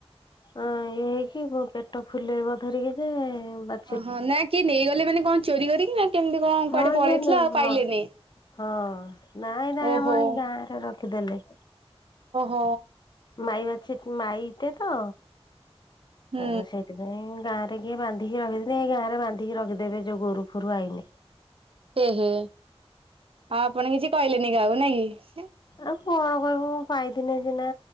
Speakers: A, on the left; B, on the right.
A: ଅଁ ଇଏ ହେଇକି ମୋ ପେଟ ଫୁଲେଇବ ଧରିକି ଯେ ବା
B: ଓହୋ ନାଇ କିଏ ନେଇଗଲେ ମାନେ କଣ ଚୋରି କରିକି ନା କେମତି କଣ
A: ହଁ
B: କୁଆଡେ
A: ଆଜ୍ଞା
B: ପଳେଇଥିଲା
A: ନେ
B: ଆଉ
A: ହଁ
B: ପାଇଲେନି।
A: ହଁ ନାଇଁ ନାଇଁ
B: ଓହୋ।
A: ଆମ ହେଇ ଗାଁରେ ରଖିଦେଲେ।
B: ଓ।
A: ମାଇ ବାଛୁରି ମାଇଟେ ତ।
B: ହୁଁ
A: ତାକୁ ସେଥିପାଇଁ ଗାଁରେ କିଏ ବାନ୍ଧିକି ରଖଦେଲେ ଏଇ ଗାଁରେ ବାନ୍ଧିକି ରଖିଦେବେ ଯୋଉ ଗୋରୁ ଫୁରୁ ଆଇନେ।
B: ଏହେ ଆଉ ଆପଣ କିଛି କହିଲେନେଇ କାହାକୁ ନାଇଁ କି।
A: ଆଉ କଣ କହିବୁ ପାଇଥିନେ ସିନା